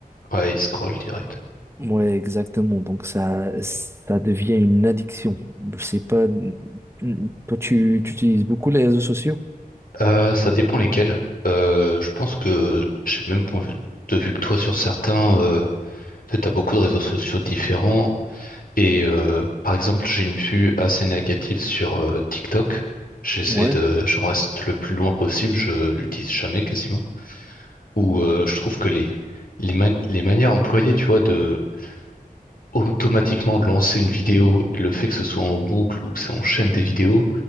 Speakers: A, on the left; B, on the right.
A: ouais, ils scrollent direct.
B: Ouais, exactement. Donc, ça, ça devient une addiction. Je sais pas, hmm, toi, tu, tu utilises beaucoup les réseaux sociaux?
A: Euh, ça dépend lesquels. Euh, je pense que j'ai le même point de vue de vue que toi sur certains. Euh, tu as beaucoup de réseaux sociaux différents. Et euh, par exemple, j'ai une vue assez négative sur euh, TikTok. J'essaie
B: Ouais,
A: de, j'en reste le plus loin possible. Je l'utilise jamais quasiment. Où euh, je trouve que les les, ma- les manières employées, tu vois, de automatiquement lancer une vidéo, et le fait que ce soit en boucle ou que ça enchaîne des vidéos,